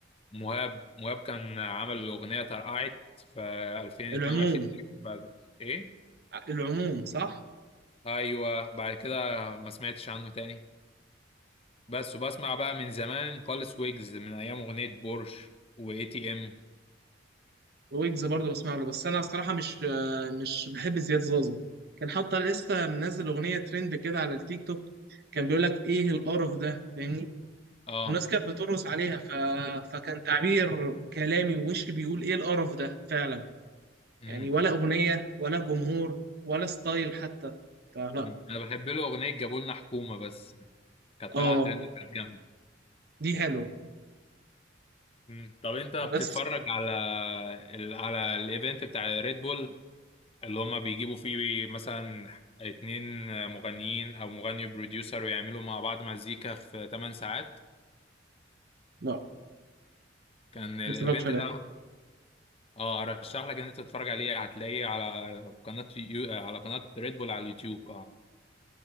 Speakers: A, on the left; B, on the right.
A: مهاب مهاب كان عمل الاغنيه ترقعت في 2022
B: العموم
A: تقريباً بعد ايه
B: العموم صح
A: ايوه بعد كده ما سمعتش عنه تاني بس وبسمع بقى من زمان خالص ويجز من ايام اغنيه بورش واي تي ام
B: ويجز برضه بسمع له بس انا الصراحة مش مش بحب زياد زازا كان حتى لسه منزل اغنية ترند كده على التيك توك كان بيقول لك ايه القرف ده فاهمني
A: اه
B: والناس كانت بترقص عليها ف... فكان تعبير كلامي ووشي بيقول ايه القرف ده فعلا
A: امم
B: يعني ولا اغنيه ولا جمهور ولا ستايل حتى فلا
A: أمم. انا بحب له اغنيه جابولنا حكومه بس كانت
B: اه
A: طالعه ترند كانت جامدة.
B: دي حلوه
A: مم. طب انت بتتفرج
B: بس
A: على ال... على الايفنت بتاع ريد بول اللي هما بيجيبوا فيه مثلا اتنين مغنيين او مغني وبروديوسر ويعملوا مع بعض مزيكا في 8 ساعات
B: لا
A: كان الايفنت
B: ما اتفرجش عليها
A: ده اه ارشح لك ان انت تتفرج عليه هتلاقيه على قناة يو... على قناة ريد بول على اليوتيوب اه